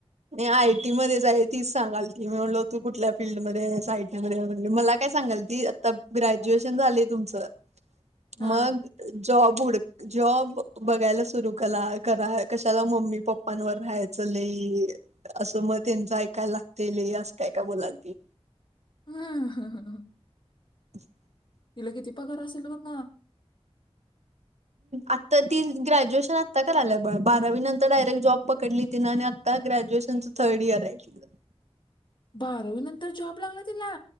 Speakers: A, on the right (about 90°); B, on the left (about 45°).
A: आयटी मध्येच आहे. तीच सांगाल ती. मी म्हणल.. तू कुठल्या फीलल्डमध्ये आहेस. आयटी मध्ये म्हणली. मला काय सांगाल ती. आता ग्रॅज्युएशन झालय तुमच झालेय तुमच.
B: हा
A: मग जॉब उड जॉब बघायला सुरू कला करा. कशाला मम्मी पप्पांवर राहायचं लई. असं म. त्यांच येकायला लागतय लई. असं काय काय बोलायला ती.
B: ह्म्म ह्म्म ह्म्म
A: <inaudible>
B: हिला किती पगार असेल व माय?
A: आता ती ग्रॅज्युएशन आत्ता कराला बारावी नंतर डायरेक्ट जॉब पकडली. तिन आणि आता ग्रॅज्युएशनचं थर्ड इयर आहे तिकड.
B: बारावी नंतर जॉब लागला तिला?